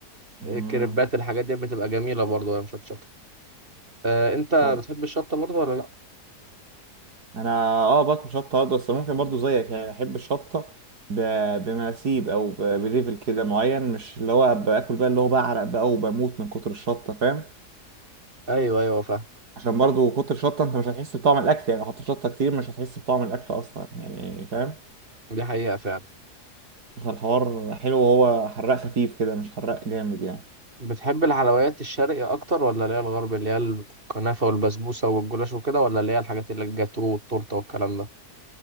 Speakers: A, on the right; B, on the right.
A: امم
B: الكريبات الحاجات دي بتبقى جميله برضه وهي مشطشطه آه، انت
A: طب
B: بتحب الشطه برضه ولا لا
A: انا اه باكل شطه برضه بس ممكن برضه زيك يعني احب الشطه ب... بمناسيب او ب... بليفل كده معين مش اللي هو باكل بقى اللي هو بعرق بقى وبموت من كتر الشطه فاهم
B: ايوه ايوه فاهم
A: عشان برضه كتر الشطه انت مش هتحس بطعم الاكل يعني لو حطيت شطه كتير مش هتحس بطعم الاكل اصلا يعني فاهم
B: دي حقيقه فعلا
A: فالحوار حلو وهو حراق خفيف كده مش حراق جامد يعني
B: بتحب الحلويات الشرقي اكتر ولا اللي هي الغرب اللي هي الكنافه والبسبوسه والجلاش وكده ولا اللي هي الحاجات اللي الجاتو والتورته والكلام ده